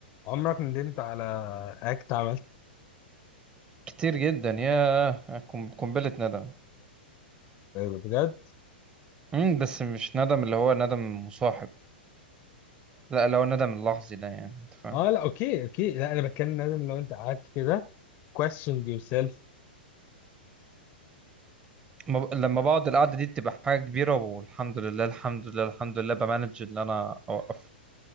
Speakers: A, on the left; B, on the right.
A: عمرك ندمت على اكت عملت
B: كتير جدا يا قم- قنبلة ندم
A: بجد
B: امم بس مش ندم اللي هو ندم مصاحب لا اللي هو الندم اللحظي ده يعني انت فاهم
A: اه لا اوكي اوكي لا انا بتكلم لازم لو انت قعدت كده question yourself
B: ما ب- لما بقعد القعدة دي بتبقى حاجة كبيرة والحمد لله الحمد لله الحمد لله بمانج اللي انا اوقف